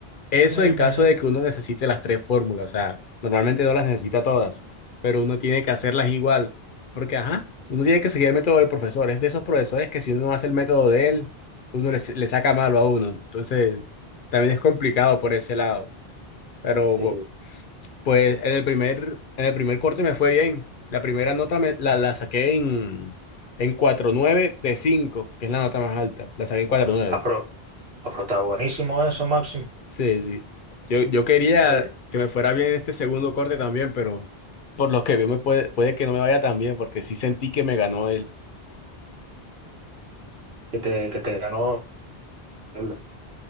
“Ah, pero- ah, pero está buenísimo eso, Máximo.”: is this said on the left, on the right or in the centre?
Right